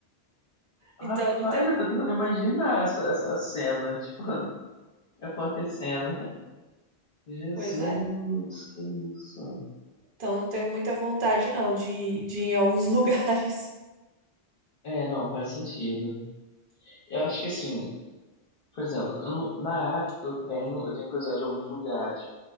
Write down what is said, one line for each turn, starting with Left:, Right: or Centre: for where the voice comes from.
Left: Rapaz,
Right: Então não tenho.
Left: eu tô tentando imaginar essa, essa cena, tipo, <laughs> acontecendo. Jesus,
Right: Pois é.
Left: que isso.
Right: Então não tenho muita vontade, não, de, de ir em alguns <laughs> lugares.
Left: É, não, faz sentido. Eu acho que assim, por exemplo, eu não- na África eu tenho, eu tenho curiosidade de alguns lugares,